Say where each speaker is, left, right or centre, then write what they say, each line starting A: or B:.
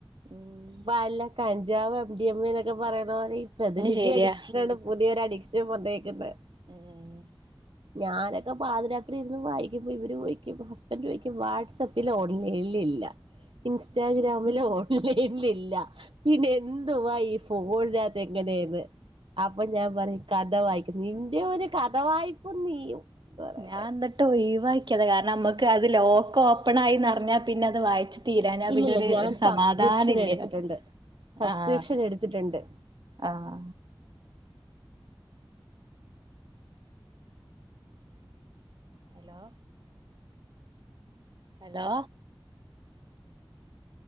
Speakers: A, on the right; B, on the right.
A: ഉം
B: വല കഞ്ചാവ് എം ഡി എം എ എന്നൊക്കെ പറയുന്ന പോലെ ഇ പ്രതിലിപി
A: ശരിയാ
B: അഡിക്ഷനാണ് പുതിയൊരു അഡിക്ഷൻ വന്നേക്കുന്നെ
A: ഉം
B: ഞാനൊക്കെ പാതി രാത്രി ഇരുന്ന് വായിക്കുമ്പ ഇവരോയ്ക്കും ഹസ്ബൻഡോയ്ക്കും വാട്സാപ്പിലോ ഇല്ലില്ല ഇൻസ്റ്റഗ്രാമിലോ ഇല്ല ഇല്ലല്ല പിന്നെ എന്തുവാ ഈ ഫോണിനകത്ത് എങ്ങനെയന്ന് അപ്പൊ ഞാൻ പറയും കഥ വായിക്കുന്നു നിന്റെ ഒരു കഥ വയ്പും നീയും എന്ന് പറയുന്നേ
A: ഞാ എന്നിട്ട് ഒയ് വാക്കിയത കാരണം നമ്മുക്ക് അതില് ലോക്കോപ്പണായിന്ന്റിഞ്ഞാൽ പിന്നെ അത് വായിച് തീരാഞ്ഞ
B: ഇല്ലില്ല
A: പിന്നെ ഒരു
B: ഞാൻ
A: ഒര് സമാധാന
B: സബ്സ്ക്രിപ്ഷൻ
A: ഇല്ലല്ലോ
B: എടുത്തിട്ടുണ്ട് സബ്സ്ക്രിപ്ഷൻ
A: ആഹ്
B: എടുത്തിട്ടുണ്ട്
A: ആഹ് hello hello